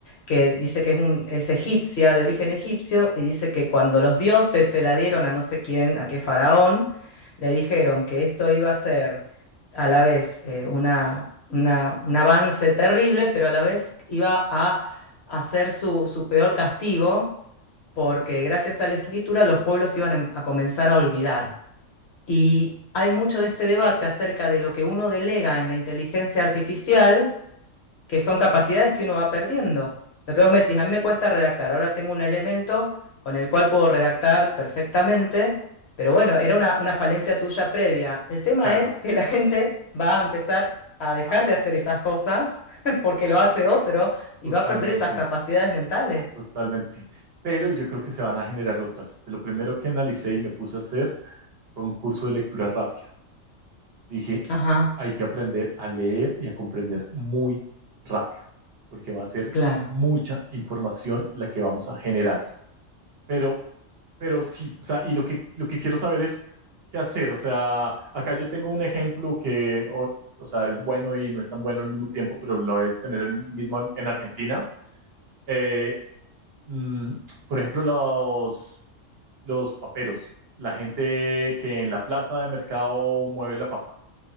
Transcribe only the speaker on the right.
claro.
Ah,
totalmente,
totalmente. Pero yo creo que se van a generar otras. De lo primero que analicé y me puse a hacer fue un curso de lectura rápida. dije,
hay que aprender a leer y a comprender muy rápido, porque va a ser
mucha información la que vamos a generar. Pero, pero sí, o sea, y lo que, lo que quiero saber es qué hacer. O sea, acá yo tengo un ejemplo que, o, o sea, es bueno y no es tan bueno al mismo tiempo, pero lo es tener el mismo en, en Argentina. Eh, mm, por ejemplo, los, los paperos, la gente que en la plaza de mercado mueve la papa,